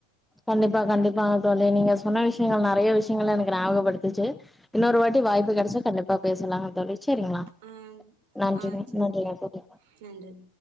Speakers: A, in the centre; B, on the right (about 50°).
A: கண்டிப்பா கண்டிப்பாங்க தோழி நீங்க சொன்ன விஷ்யங்கள் நறைய விஷ்யங்கள் எனக்கு ஞாபகபடுத் துச்சு இன்னொரு வாட்டி வாய்ப்பு கெடச்சா கண்டிப்பா பேசலாங்க தோழி செரிங்னா
B: ஆ
A: நன்றிங்க
B: ஆ சரி
A: நன்றிங்க தோழி
B: நன்றி